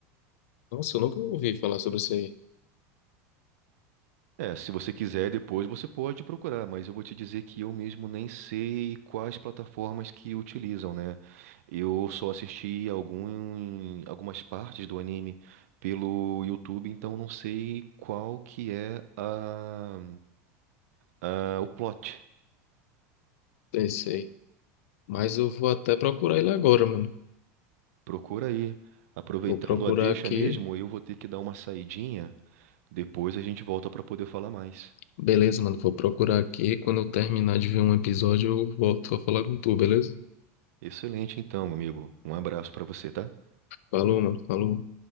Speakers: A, on the left; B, on the right.
A: Nossa, eu nunca ouvi falar sobre isso aí.
B: É, se você quiser depois você pode procurar, mas eu vou te dizer que eu mesmo nem sei quais plataformas que utilizam, né? Eu só assisti algum, algumas partes do anime pelo YouTube, então não sei qual que é a, a- o plot.
A: Esse aí. Mas eu vou até procurar ele agora, mano.
B: Procura aí. Aproveitando
A: Vou procurar
B: a deixa
A: aqui.
B: mesmo, eu vou ter que dar uma saidinha. Depois a gente volta para poder falar mais.
A: Beleza, mano. Vou procurar aqui. Quando eu terminar de ver um episódio, eu volto pra falar com tu, beleza?
B: Excelente, então, amigo. Um abraço para você, tá?
A: Falou, mano. Falou.